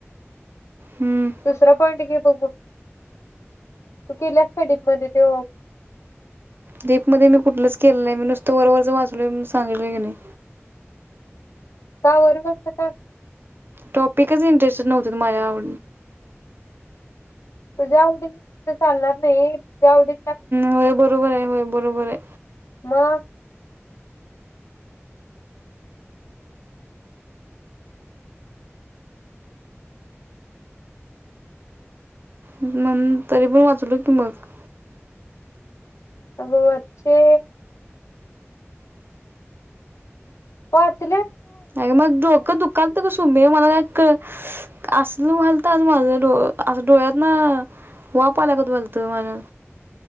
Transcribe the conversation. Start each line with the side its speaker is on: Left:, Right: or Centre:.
Right: हम्म
Left: दुसरा पॉईंट घे बघू. तु केल्यास काय डीप मध्ये ते ओ
Right: डीप मध्ये मी कुठलच केलं नाही मी नुसतं वर वरच वाचलोय म्हणून सांगितलय की नाही.
Left: का वरवरच का?.
Right: टॉपिकच इंटरेस्टड नव्हते माझ्या आव
Left: तुझ्या आवडी ईथ चालणार नाही, तुझ्या आवडी
Right: होय बरोबर आहे होय बरोबर आहे
Left: मग
Right: म तरी पण वाचलो की मग
Left: हो वच्छे पाहच
Right: आय मग डोकं दुकलतं ग सुमे मला का असल व्हलत आग माझ डोळं अस डोळ्यातनं वाफ आल्यागत व्हायलत माझ्या